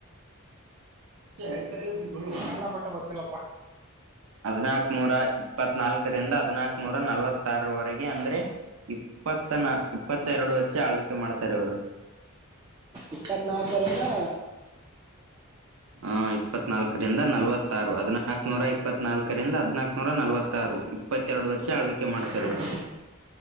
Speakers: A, on the right (about 65°); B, on the right (about 20°).
A: ಅಷ್ಟೇ ಹ.
B: ಕಾಲ ಕೊಟ್ಟ ಗೊತ್ತಿಲ್ಲಪ್ಪ
A: ಹದಿನಾಕನೂರ. ಇಪ್ಪತ್ನಾಾಲ್ಕರಿಂದ ಹದಿನಾಕ ನೂರ ನಲವತ್ತಾರವರೆಗೆ ಅಂದ್ರೆ ಇಪ್ಪತ್ತ ನ ಇಪ್ಪತ್ತೆರಡು ವರ್ಷ ಆಳ್ವಿಕೆ ಮಾಡ್ತಾರೆ ಇವರು.
B: ಇಪ್ಪತ್ತ್ನಾಾಲ್ಕರಿಂದ.
A: ಹ ಇಪ್ಪತ್ನಾಲ್ಕರಿಂದ ನಲ್ವತ್. ಆರು ಹದಿನಾಕ ನೂರ ಇಪ್ಪತ್ ನಾಲ್ಕರಿಂದ ಹದಿನಾಕ ನೂರ ನಲವತ್ತಾರು ಇಪ್ಪತ್ತೆರಡು ವರ್ಷ ಆಳ್ವಿಕ. ೆ ಮಾಡ್ತಾರೆ
B: ಹ್ಮ್
A: ಅವರು.